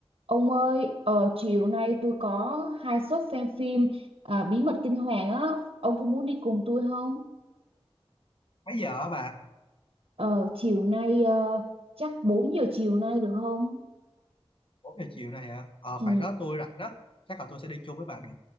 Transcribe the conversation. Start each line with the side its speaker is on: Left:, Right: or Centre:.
Right: Ông ơi, ờ, chiều nay tôi có hai suất xem phim à, Bí mật kinh hoàng á, ông có muốn đi cùng tôi không?
Left: mấy giờ hả bà
Right: Ờ, chiều nay ờ, chắc 4 giờ chiều nay được không?
Left: bốn giờ chiều này hả ờ
Right: Ừ,
Left: khoảng đó tôi rảnh đó chắc là tôi sẽ đi chung với bà được